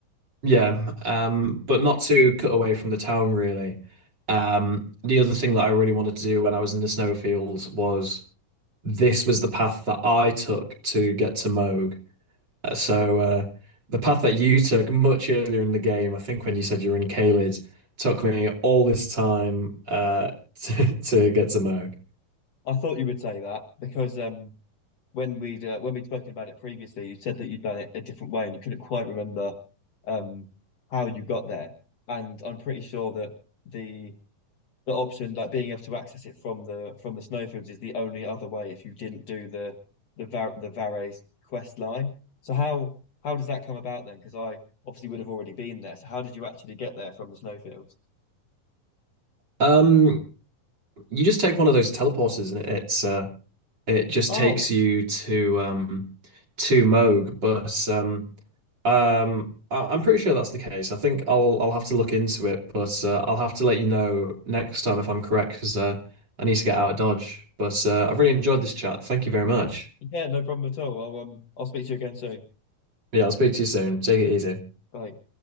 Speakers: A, on the right; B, on the left.
A: Yeah, um, but not to cut away from the town really. Um, the other thing that I really wanted to do when I was in the snowfields was this was the path that I took to get to Moog. Uh, So uh, the path that you took much earlier in the game, I think when you said you were in Caelid, took me all this time uh, <laughs> to, to get to Moog.
B: I thought you would say that because um, when we'd uh, when we'd spoken about it previously, you said that you'd done it a different way and you couldn't quite remember um, how you got there. And I'm pretty sure that the the option, like being able to access it from the from the snowfields, is the only other way if you didn't do the the Var the Vare's quest line. So how how does that come about then? Because I obviously would have already been there. So how did you actually get there from the snowfields?
A: Um, you just take one of those teleporters and it, it's uh, it just
B: Oh,
A: takes you to um, to Moog, but um, Um, I I'm pretty sure that's the case. I think I'll I'll have to look into it, but uh, I'll have to let you know next time if I'm correct because uh, I need to get out of Dodge. But uh, I've really enjoyed this chat. Thank you very much.
B: yeah, no problem at all. I'll um I'll speak to you again soon.
A: Yeah, I'll speak to you soon. Take it easy.
B: Bye.